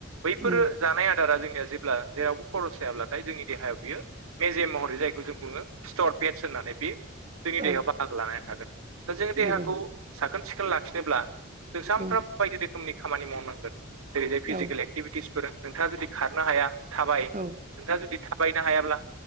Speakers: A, on the right; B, on the right.
A: बैफोरो
B: उम
A: जानाय आदारा जोंनिया जेब्ला जेरावबो खरस जायाब्लाथाय जोंनि देहायाव बियो मेजे महरै जायखौ जों बुङो स्टरपेट्स होननानै बे जोंनि देहायाव
B: औ
A: बाहागो लानानै थागोन दा जोंङ
B: नंगौ
A: देहाखौ साखोन सिखोन लाखिनोब्ला जों सानफ्रामबो
B: औ
A: बायदि रोखोमनि खामानि मावनांगोन जेरैहाय फिजिकेल
B: औ
A: एक्टिभि स फोर नोंथाङा जुदि खारनो हाया थाबाय
B: औ
A: नोंथाङा जुदि बायनो हायाब्ला